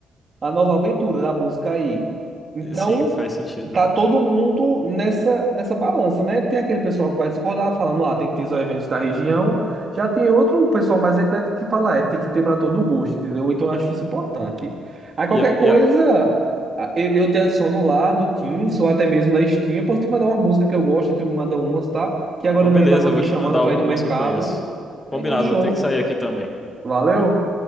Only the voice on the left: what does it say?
E Sim, faz sentido.
E, a-
e a-
Então,
beleza,
eu
vou
te mandar
algumas
que eu conheço. Combinado,
vou ter que sair aqui também.